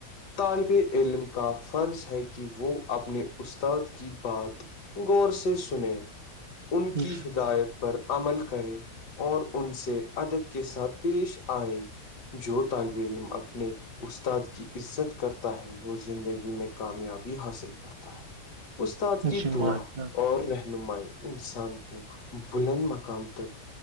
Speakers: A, on the left; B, on the right.
A: طالب علم کا فرض ہے کہ کہ وہ اپنے استاد کی بات غور سے سنے ان کی
B: جی
A: ہدایت پر عمل کرے اور ان سے ادب کے ساتھ پیش آئے جو طالب علم اپنے استاد کی عزت کرتا ہے وہ زندگی میں کامیاب حاصل کرتا ہے استاد کی
B: جی
A: دعا
B: ماشاء
A: اور رہنمائی انسان کو بلند مقام تک